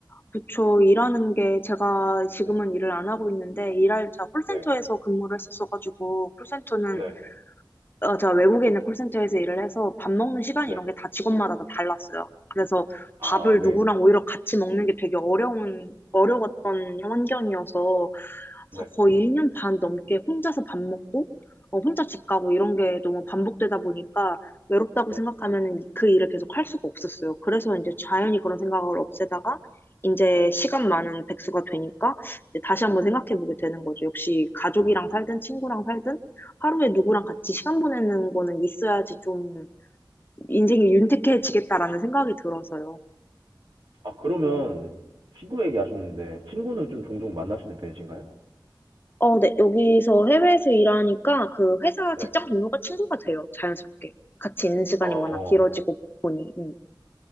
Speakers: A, on the left (about 25°); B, on the right (about 75°).
A: 그쵸. 일하는 게 제가
B: 어,
A: 지금은
B: 네,
A: 일을 안 하고 있는데 일할 제가 콜센터에서
B: 네,
A: 근무를 했었어가지고 콜센터는
B: 네,
A: 어, 제가 외국에 있는 콜센터에서 일을 해서 밥 먹는 시간
B: 네,
A: 이런 게 다 직원마다 다 달랐어요. 그래서
B: 아,
A: 밥을
B: 아, 네.
A: 누구랑 오히려 같이 먹는 게 되게 어려운, 어려웠던 환경이어서
B: 네,
A: 거의 1년 반 넘게 혼자서 밥 먹고, 어, 혼자 집 가고 이런 게 너무 반복되다 보니까 외롭다고
B: 네,
A: 생각하면 그 일을 계속 할 수가 없었어요. 그래서 이제 자연히 그런 생각을 없애다가 이제
B: 네.
A: 시간 많은 백수가 되니까 이제 다시 한번 생각해 보게 되는 거죠. 역시 가족이랑
B: 음.
A: 살든 친구랑 살든 하루에 누구랑 같이 시간 보내는 거는 있어야지 좀 인생이 윤택해지겠다라는 생각이 들어서요.
B: 아, 그러면 친구 얘기하셨는데 친구는 좀 종종 만나시는 편이신가요?
A: 어, 네. 여기서 해외에서 일하니까 그 회사
B: 네,
A: 직장 동료가 친구가 돼요. 자연스럽게. 같이 있는 시간이
B: 아.. 어.
A: 워낙 길어지고 보니. 음.